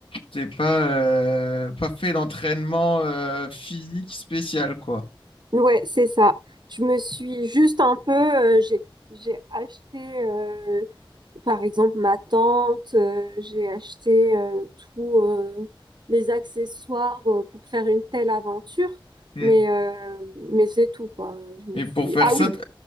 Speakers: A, on the left; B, on the right.
A: t'es pas, euh, pas fait d'entraînement euh, physique spécial, quoi.
B: Ouais, c'est ça. Je me suis juste un peu... euh, j'ai, j'ai acheté, euh, par exemple, ma tente. euh, j'ai acheté euh, tous euh, les accessoires euh, pour faire une telle aventure.
A: Mm.
B: Mais, euh, mais c'est tout, quoi. Je me
A: Et
B: suis...
A: pour faire
B: Ah
A: ça,
B: oui,
A: t-